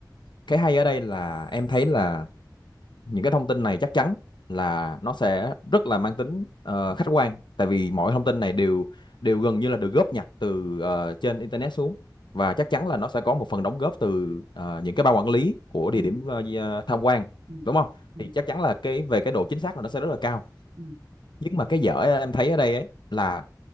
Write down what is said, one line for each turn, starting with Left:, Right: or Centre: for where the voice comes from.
Left: cái hay ở đây là em thấy là những cái thông tin này chắc chắn là nó sẽ rất là mang tính ờ, khách quan tại vì mọi
Right: Ừm,
Left: thông tin này đều đều gần như là được góp nhặt từ ờ, trên internet xuống và chắc chắn là nó sẽ có một phần đóng góp từ ờ, những cái ban quản lý của
Right: ừm,
Left: địa điểm ờ, di- ờ, tham quan
Right: ừm,
Left: đúng không
Right: ừm,
Left: thì chắc chắn là cái về cái độ chính xác là nó sẽ rất là cao
Right: ừm,
Left: nhưng mà cái dở em thấy ở đây ấy là